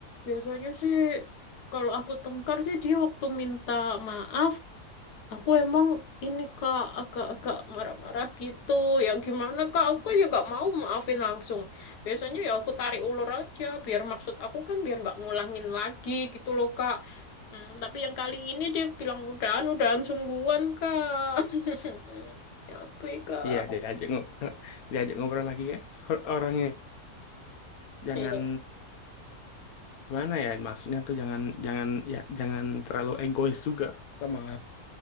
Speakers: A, on the left; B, on the left.
A: biasanya sih kalau aku tengkar sih dia waktu minta maaf Aku emang ini Kak agak-agak marah-marah gitu. Ya gimana Kak? Aku kan juga mau maafin langsung. Biasanya ya aku tarik ulur aja biar maksud aku kan biar nggak ngulangin lagi gitu loh Kak. Hmm, tapi yang kali ini dia bilang udahan, udahan sungguhan Kak. <laughs> Ya ampun Kak.
B: Iya, diajak ngobrol, <laughs> diajak ngobrol lagi ya. Or- Orangnya jangan
A: Ya,
B: gimana ya maksudnya tuh jangan jangan ya jangan terlalu egois juga sama